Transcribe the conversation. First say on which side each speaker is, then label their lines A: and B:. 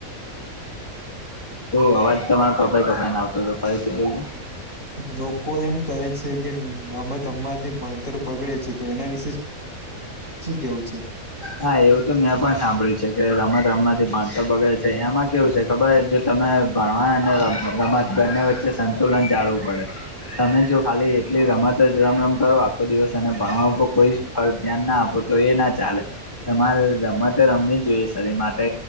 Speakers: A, on the left; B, on the left.
A: <inaudible>
B: તો અવાજ તમારો કપાઈ કપાઈ ને આવતો હતો ફરીથી બોલ.
A: લોકો એમ કહે છે કે રમવાથી અમાથી ભણતર બગડે છે તો એના વિશે શું કેવું છે?
B: હા એવું તો મેં પણ સાંભળ્યું છે કે રમત રમતથી ભણતર બગડે છે. એમાં કેવું છે ખબર તમે ભણવા અને રમત બંને વચ્ચે સંતુલન ચાલવું પડે. તમે જો ખાલી એટલી રમત જ રમ રમ કરો આખો દિવસ અને ભણવા ઉપર કોઈ ફરત ધ્યાન ના આપો, તો એ ના ચાલે. તમારે રમતે રમવી જ જોઈએ શરીર માટે